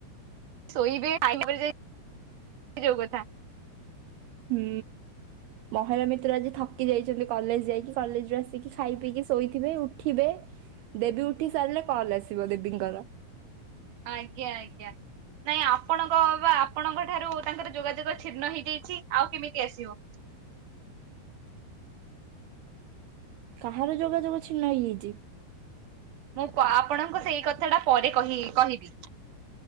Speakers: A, on the right; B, on the right.
A: ଶୋଇବେ <unintelligible> ଯୋଉ କଥା।
B: ହୁଁ। ମହିଳା ମିତ୍ର ଆଜି ଥକି ଯାଇଚନ୍ତି କଲେଜ ଯାଇକି କଲେଜ୍‌ରୁ ଆସିକି ଖାଇ ପିଇକି ଶୋଇଥିବେ ଉଠିବେ ଦେବୀ ଉଠି ସାରିଲେ କଲ୍ ଆସିବ ଦେବୀଙ୍କର।
A: ଆଜ୍ଞା ଆଜ୍ଞା ନାଇଁ ଆପଣଙ୍କ ବା ଆପଣଙ୍କ ଠାରୁ ତାଙ୍କର ଯୋଗାଯୋଗ ଛିନ୍ନ ହେଇଯାଇଛି ଆଉ କେମିତି ଆସିବ?
B: କାହାର ଯୋଗାଯୋଗ ଛିନ୍ନ ହେଇଯାଇଚି?
A: ମୁଁ ପା ଆପଣଙ୍କୁ ସେଇ କଥା ଟା ପରେ କହି କହିବି।